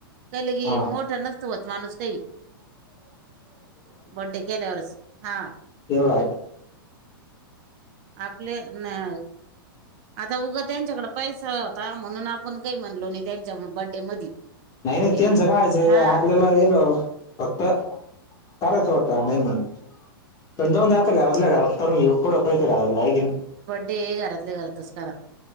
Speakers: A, on the right (about 45°); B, on the left (about 30°).
A: का लगे
B: हा.
A: काय मोठं नसत होत. माणूस काई. बड्डे केल्यावरच. हा.
B: एवढ, हाय.
A: आपले न अ. आता उघं त्यांच्याकडे पैसा होता. म्हणून आपण काही म्हणलो नाही. त्यांच्या बड्डे मधी.
B: नाही -.
A: ते
B: त्यांच कायचं.
A: हा
B: आपल्याला <unintelligible> फक्त करायचा होता. नाही मनून. पण
A: नको
B: जावू दे आता. घरातल्या
A: बाबा
B: - घरात करून घेऊ. थोडे पैसे घालावे. हाय की नाही.
A: ते हे घरातल्या - घरातच करा.